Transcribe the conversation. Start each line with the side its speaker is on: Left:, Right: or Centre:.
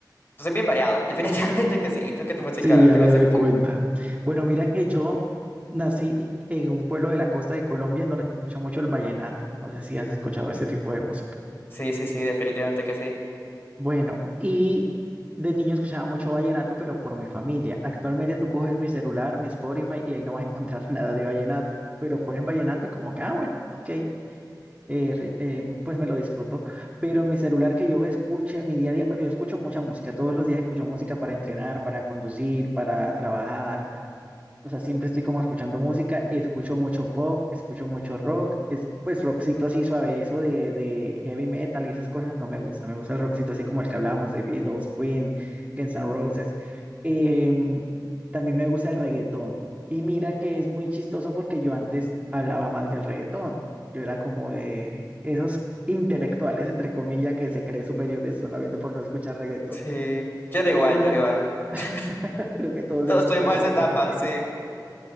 Left: Entonces, bien variado, <laughs> definitivamente que sí. ¿Y tú qué tu música
Right: sí, ya
Left: te
Right: me
Left: gusta
Right: doy
Left: escuchar?
Right: cuenta. Bueno, mira que yo nací en un pueblo de la costa de Colombia en donde se escucha mucho el vallenato. No sé si has escuchado
Left: Ujú.
Right: ese tipo de música.
Left: Sí, sí, sí, definitivamente que sí.
Right: Bueno, y de niño escuchaba mucho vallenato, pero por mi familia. Actualmente tú coges mi celular, mi Spotify, y ahí no vas a encontrar <laughs> nada de vallenato. Pero ponen vallenato y como que, ah, bueno, ok, eh, re- eh, pues me lo disfruto. Pero en mi celular que yo escuche en mi día a día, porque yo escucho mucha música, todos los días escucho música para entrenar, para conducir, para trabajar. O sea, siempre estoy como escuchando música, escucho mucho pop, escucho mucho rock, es, pues rockcito así suave, eso de, de heavy metal y esas cosas no me gusta, me gusta el rockcito así como el que hablábamos de Beatles, Queen, Guns N' Roses. Em, también me gusta el reggaetón. Y mira que es muy chistoso porque yo antes hablaba mal del reggaetón, yo era como de esos intelectuales, entre comillas, que se creen superiores solamente por no escuchar reggaetón,
Left: Sí, yo era
Right: pero
Left: igual,
Right: en
Left: yo
Right: la,
Left: era igual. <laughs>
Right: <laughs> creo que todos
Left: Todos
Right: hemos
Left: estuvimos
Right: pasado
Left: en esa etapa,
Right: por ahí.
Left: sí.